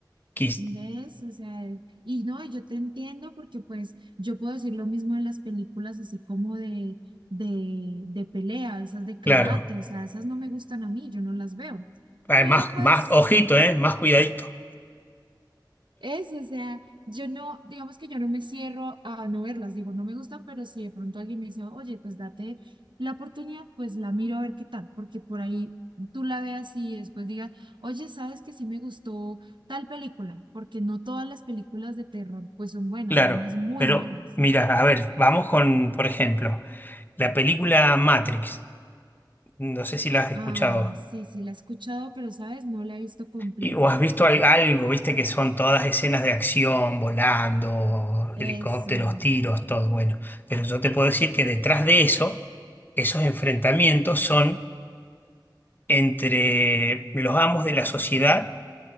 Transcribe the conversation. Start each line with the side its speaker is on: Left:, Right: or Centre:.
Left: Quiz-
Right: ¿Ves? O sea, y no, yo te entiendo porque pues yo puedo decir lo mismo de las películas así como de, de, de pelea, esas de karate,
Left: claro,
Right: o sea, esas no me gustan a mí, yo no las veo.
Left: Además,
Right: Pero pues
Left: más, ojito, ¿eh? Más cuidadito.
Right: es, o sea, yo no, digamos que yo no me cierro a no verlas, digo, no me gustan, pero si de pronto alguien me dice, oye, pues date la oportunidad, pues la miro a ver qué tal, porque por ahí tú la veas y después digas, oye, sabes que sí me gustó tal película, porque no todas las películas de terror pues son buenas,
Left: Claro,
Right: hay unas muy
Left: pero
Right: malas.
Left: mira, a ver, vamos con, por ejemplo, la película Matrix. No sé si la has escuchado
Right: Ah, sí, sí, la he escuchado, pero sabes, no la he visto completa.
Left: y- o has visto al- algo, viste que son todas escenas de acción, volando,
Right: Eso,
Left: helicópteros, tiros, todo bueno. Pero yo te puedo decir que detrás de eso, esos enfrentamientos son entre los amos de la sociedad